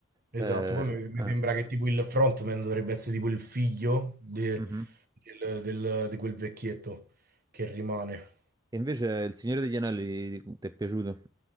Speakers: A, on the right; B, on the right.
A: Esatto,
B: Eh,
A: poi mi, mi
B: eh,
A: sembra che tipo il frontman dovrebbe essere tipo il figlio de-
B: mhm.
A: del- del- di quel vecchietto che rimane.
B: E invece Il Signore degli Anelli ti è piaciuto?